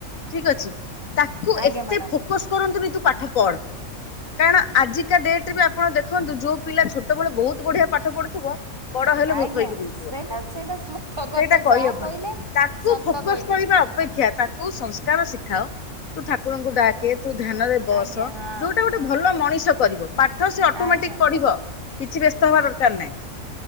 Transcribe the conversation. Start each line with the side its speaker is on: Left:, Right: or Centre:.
Left: ଠିକ ଅଛି। ତାକୁ
Right: ଆଜ୍ଞା
Left: ଏତେ
Right: ମ୍ୟାଡାମ
Left: ଫୋକସ କରନ୍ତୁନି ତୁ ପାଠ ପଢ <inaudible> କାରଣ ଆଜି କା ଡେଟ ରେ ଆପଣ ଦେଖନ୍ତୁ ଯୋଉ ପିଲା ଛୋଟବେଳେ ବହୁତ ବଢିଆ ପାଠ ପଢୁଥିବ ବଡ ହେଲେ
Right: ଆଜ୍ଞା
Left: ମୂର୍ଖ ହୋଇକି ବୁଲୁଥିବ
Right: ସେଇଟା
Left: <inaudible>
Right: ସେଇଟା ସତ କଥା
Left: ସେଇଟା କହିହବନି
Right: ଯାହା କହିଲେ
Left: ତାକୁ
Right: ସତ
Left: ଫୋକସ
Right: କହିଲେ
Left: କରିବା ଅପେକ୍ଷା ତାକୁ ସଂସ୍କାର
Right: ହୁଁ
Left: ଶିଖାଅ। ତୁ ଠାକୁରଙ୍କୁ ଡାକେ ତୁ ଧ୍ୟାନରେ ବସ
Right: ଆଜ୍ଞା ହଁ
Left: ଯୋଉଟା ଗୋଟେ
Right: ହଁ
Left: ଭଲ ମଣିଷ ପାଠ ସେ ଅଟମେଟିକ
Right: ଆଜ୍ଞା
Left: ପଢିବ। କିଛି ବ୍ୟସ୍ତ ହବା ଦରକାର ନାହିଁ।